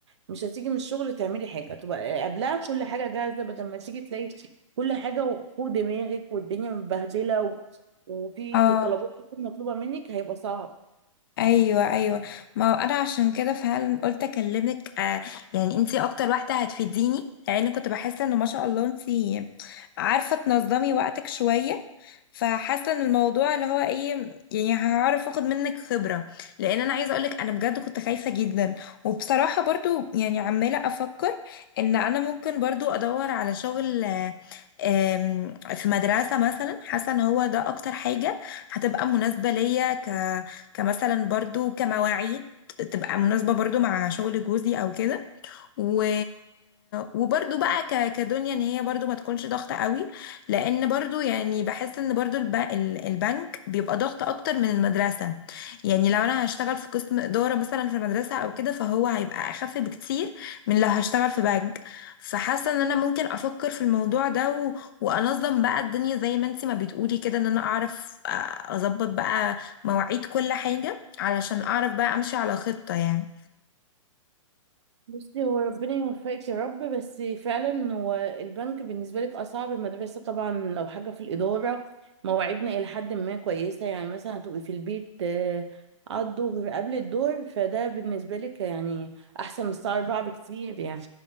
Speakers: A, on the right; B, on the left.
A: مش هتيجي من الشغل تعملي حاجه تبقى قبلها كل حاجه جاهزه بدل ما تيجي تلاقي كل حاجه فوق دماغك والدنيا متبهدله و... وفي
B: اه
A: طلبات كتير مطلوبه منك هيبقى صعب
B: ايوه ايوه ما هو انا عشان كده فعلا قلت اكلمك آه يعني انتي اكتر واحده هتفيديني لان كنت بحس ان ما شاء الله انتي عارفه تنظمي وقتك شويه فحاسه ان الموضوع اللي هو ايه يعني هعرف اخد منك خبره لان انا عايزه اقولك انا بجد كنت خايفه جدا وبصراحه برضو يعني عماله افكر ان انا ممكن برضو ادور على شغل آه، آم، في مدرسه مثلا حاسه ان هو ده اكتر حاجه هتبقى مناسبه ليا ك كمثلا برضو كمواعيد تبقى مناسبة برضو مع شغل جوزي او كده و... وبرضو بقى ك... كدنيا ان هي برضو ما تكونش ضغطة قوي لان برضو يعني بحس ان برضو الب... ال- البنك بيبقى ضغط اكتر من المدرسة يعني لو انا هشتغل في قسم ادارة مثلا في المدرسة او كده فهو هيبقى اخف بكتير من لو هشتغل في بنك فحاسة ان انا ممكن افكر في الموضوع ده و... وانظم بقى الدنيا زي ما انتي ما بتقولي كده ان انا اعرف أ- اظبط بقى مواعيد كل حاجة علشان اعرف بقى امشي على خطة يعني
A: بصي هو ربنا يوفقك يا رب بس فعلا هو البنك بالنسبة لك أصعب المدرسة طبعا لو حاجة في الإدارة مواعيدنا إلى حد ما كويسة يعني مثلا هتبقي في البيت آه، على الظهر قبل الظهر فده بالنسبة لك يعني أحسن من الساعة 4 بكتير يعني